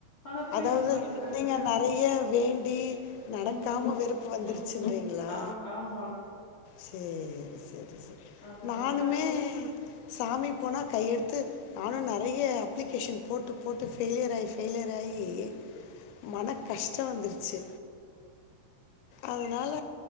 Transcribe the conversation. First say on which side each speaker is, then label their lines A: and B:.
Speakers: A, on the left; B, on the left.
A: ஆனா போய்
B: அதாவுது
A: என்ன பண்றது
B: நீங்க நெறைய வேண்டி நடக்காம
A: ம்
B: வெறுப்பு வந்துருச்சுன்றீங்ளா?
A: ம் ஆ ஆமா
B: சேரி செரி செ
A: அதனால
B: நானுமே சா மி போனா கையெடுத்து நானு நெறைய அப்ளிகேஷன் போட்டு போட்டு ஃபெய்லியர் ஆயி ஃபெய்லிய ர் ஆயி மன கஷ்ட வந்துருச்சு அதனால